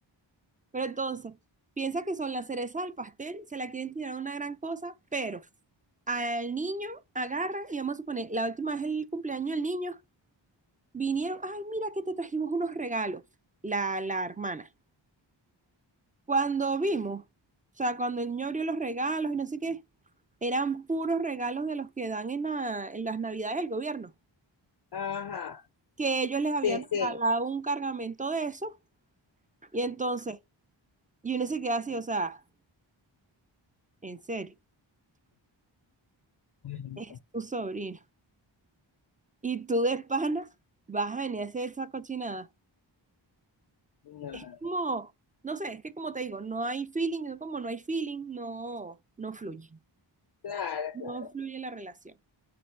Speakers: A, on the right; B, on the left.
A: Pero entonces, piensa que son la cereza del pastel, se la quieren tirar una gran cosa, pero al niño agarran y vamos a suponer, la última vez el cumpleaños del niño, vinieron, ay, mira que te trajimos unos regalos, la, la hermana. Cuando vimos, o sea, cuando el niño abrió los regalos y no sé qué, eran puros regalos de los que dan en, la- en las navidades del gobierno,
B: Ajá,
A: que ellos les habían
B: sí,
A: regalado
B: sí.
A: un cargamento de eso. Y entonces Y uno se queda así, o sea, en serio,
B: No,
A: es tu sobrino. Y tú de pana vas a venir a hacer esa cochinada.
B: no, no.
A: Es Como, no sé, es que como te digo, no hay feeling, no- como no hay feeling, no, no fluye.
B: Claro,
A: No
B: claro.
A: fluye la relación.